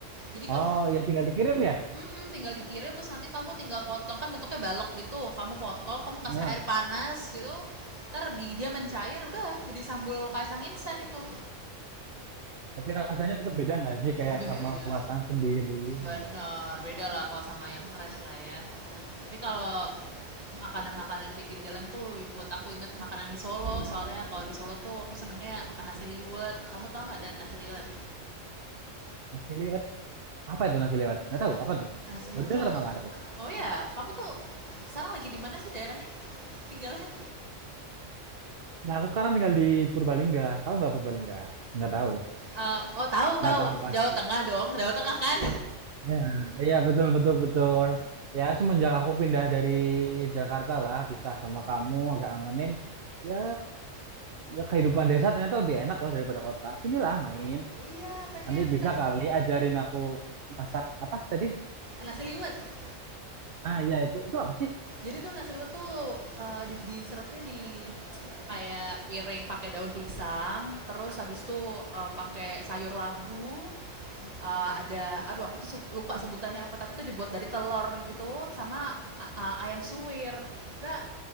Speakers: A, on the right (about 30°); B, on the right (about 50°).
A: Jadi
B: Oh,
A: kamu
B: ya tinggal dikirim ya?
A: mhm, tinggal dikirim terus nanti kamu tinggal potong, kan bentuknya balok gitu, kamu potong, kamu
B: Heeh.
A: kasih air panas gitu, entar di dia mencair udah jadi sambal kacang instan itu.
B: Tapi rasanya tetap beda nggak sih kayak
A: Be iya.
B: sama buatan sendiri
A: Bener,
B: gitu.
A: beda lah kalau sama yang fresh lah ya. Tapi kalau makanan-makanan pinggir jalan tuh yang buat aku inget makanan di Solo. Soalnya kalau di Solo tuh aku senengnya makan nasi liwet. Kamu tau nggak ada nasi liwet?
B: Nasi liwet. Apa itu nasi liwet? Nggak tahu,
A: Nah,
B: apa tuh?
A: Nasi
B: Baru
A: liwet
B: denger
A: tuh,
B: malah aku.
A: oh ya, kamu tuh sekarang lagi di mana sih daerahnya? Tinggalnya?
B: Nah, aku sekarang tinggal di Purbalingga. Tahu nggak Purbalingga? Nggak tahu.
A: Eh, oh tahu tahu
B: Nggak tahu pasti.
A: Jawa Tengah dong, Jawa Tengah kan?
B: Iya, iya, betul betul betul. Ya semenjak aku pindah dari Jakarta lah, pisah sama kamu agak ngangenin. Ya, ya kehidupan desa ternyata lebih enak loh daripada kota. Sinilah main.
A: <laughs> iya pengen
B: Nanti bisa
A: ter
B: kali ajarin aku masak apa tadi?
A: nasi liwet.
B: Nah, ya itu itu apa sih?
A: Jadi tuh nasi liwet tuh eh, di, di serve-nya di kayak piring pakai daun pisang, terus habis itu eh, pakai sayur labu. eh, ada aduh aku tuh lupa sebutannya apa tapi itu dibuat dari telur gitu sama a- ayam suwir. Sebenarnya